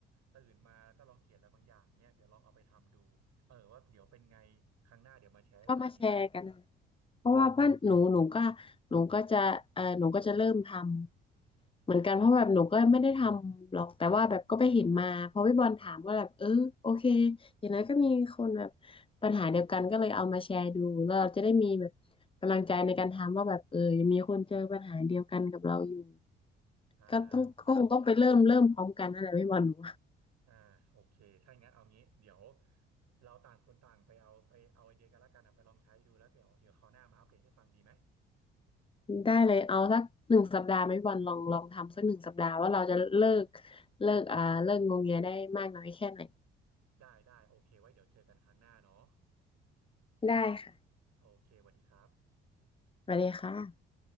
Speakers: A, on the right; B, on the left.
A: ตื่นมาแล้วก็ลองเขียนอะไรบางอย่างเนี่ยเดี๋ยวลองเอาไปทำดูเออว่าเดี๋ยวเป็นไงครั้งหน้าเดี๋ยวมาแชร์ให้ฟังดีไหม
B: ก็มาแชร์กันนะเพราะว่าเพื่อนหนูหนูก็หนูก็จะเออหนูก็จะเริ่มทำเหมือนกันเพราะแบบหนูก็ไม่ได้ทำหรอกแต่ว่าแบบก็ไปเห็นมาพอพี่บอลถามก็แบบเออโอเคอย่างน้นก็มีคนแบบปัญหาเดียวกันก็เลยเอามาแชร์ดูแล้วเราจะได้มีแบบกำลังใจในการทำว่าแบบเออยังมีคนเจอปัญหาเดียวกันกับเราอยู่
A: อ่า
B: ก็ต้องก็คงต้องไปเริ่มเริ่มพร้อมกันนั่นแหละพี่บอลหนู
A: อ่าโอเคถ้าอย่างนั้นเอางี้เดี๋ยวเราต่างคนต่างไปเอาไปเอาไอเดียกันละกันนะไปลองใช้ดูแล้วเดี๋ยวเดี๋ยวคราวหน้ามาอัปเดตให้ฟังดีไหม
B: ได้เลยเอาสักหนึ่งสัปดาห์ไหมวันลองลองทำสักหนึ่งสัปดาห์ว่าเราจะเลิกเลิกอ่าเลิกงงเงียได้มากน้อยแค่ไหน
A: ได้ได้โอเคไว้เดี๋ยวเจอกันครั้งหน้าเนาะ
B: ได้ค่ะ
A: โอเคสวัสดีครับ
B: ไปเลยค่ะ